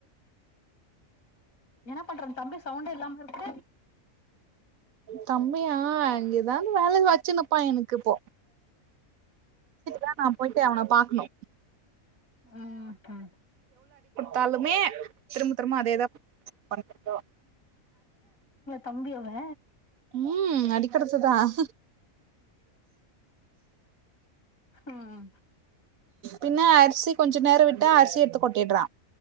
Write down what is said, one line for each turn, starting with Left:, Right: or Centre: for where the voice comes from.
Left: என்னா பண்றது தம்பி சவுண்டு இல்லாம இருக்குது
Right: தம்பியா அங்கே ஏதாவது வேல வச்சுனுப்பா எனக்கு இப்போ தா நா போயிட்டு அவன பாக்கணு
Left: ம் ஹு
Right: தாலுமே திரும்ப திரும்ப அதேதா <unintelligible>
Left: தம்பியவெ
Right: ம் அடதுக்கடுத்துதான்
Left: ம்
Right: பின்ன அரிசி கொஞ்ச நேரோ விட்டா அரிசி எடுத்துக் கோட்ட கேட்டுறா